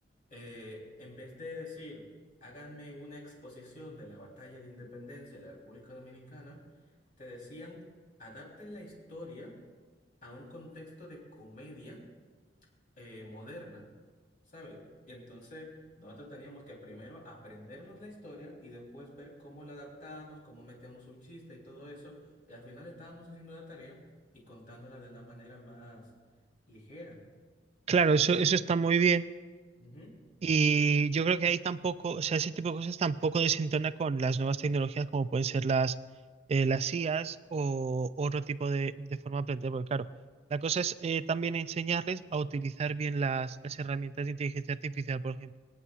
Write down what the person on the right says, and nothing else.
claro, eso,
eso está muy bien
Y
yo creo que ahí tampoco, o sea, ese tipo de cosas tampoco desentona con las nuevas tecnologías como pueden ser las, eh, las IAs o otro tipo de, de forma de aprender, porque claro, la cosa es eh, también enseñarles a utilizar bien las, las herramientas de inteligencia artificial, por ejemplo.